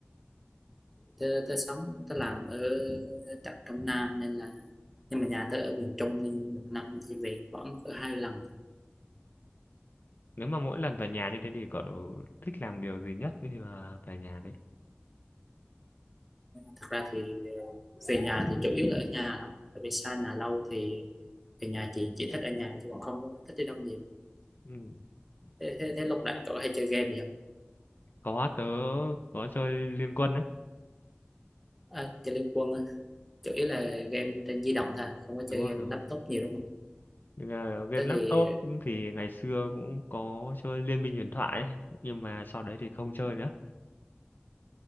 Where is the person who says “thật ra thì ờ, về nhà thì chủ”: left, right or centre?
Centre